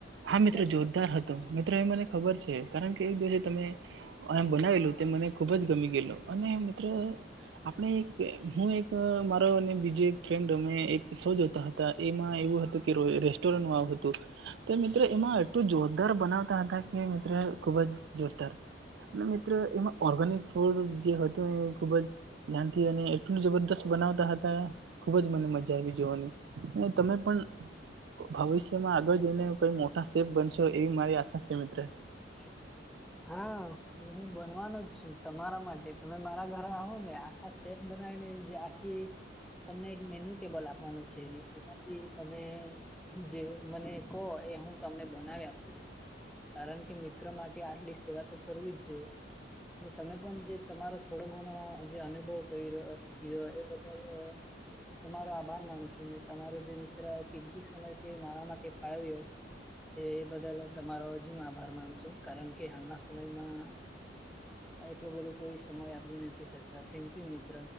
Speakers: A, on the right; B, in the centre.
A: હા! મિત્રો
B: જયારે
A: જોરદાર હતો. મિત્રો એ મને ખબર છે. કારણ કે એક દિવસે તમે. બનાવેલું તે મને ખુબ જ ગમી ગયેલો. અને મિત્ર આપણે એક હું એક મારો અને બીજો એક ફ્રેન્ડ અમે એક સો જોતા હતા. તા એમાં એવું હતું કે રેસ્ટોરન્ટ ન આવું હતું. તે મિત્રો એમાં એટલું જોરદાર બનાવતા હતા. કે મિત્રો ખુબ જ જોરદાર. અને મિત્ર એમાં ઓર્ગેનિક ફૂડ જે હતું એ ખૂબ જ. ધ્યાનથી અને એટલું જબરદસ્ત બનાવતા હતા. ખુબ જ મને મજા આવી જોવાની. અને તમે પણ ભવિષ્યમાં આગળ જઈને. કઈ મોટા શેપ બનશો. એવી મારી આશા શે મિત્ર.
B: <inaudible> હા! હું બનવાનો જ છું. તમારા માટે. તમે મારા ઘરે આવો ને આ. આ શેફ બનાવીને, જે આખી તમને એક મેન્યુ ટેબલ આપવાનો છે. તમે જે મને કહો, એ હું તમને બનાવી આપીશ. કારણ કે કે મિત્ર માટે આટલી સેવા તો કરવી જ જોઈએ. તમે પણ જે તમારો થોડો ઘણમાં, જે અનુભવ કરી રહ્યો. કિઘુ હોય એ બધાને તમારો આભાર માનું છું. ને તમારો જે મિત્ર કિંમતી સમય તે મારા માટે ફાળવ્યો. એ એ બદલ તમારો હજ હું આભાર માનું છું. કારણ કે હાલના સમયમાં. એટલો બધો કોઈ સમય આપી નથી શકતા. થેન્ક યુ મિત્ર.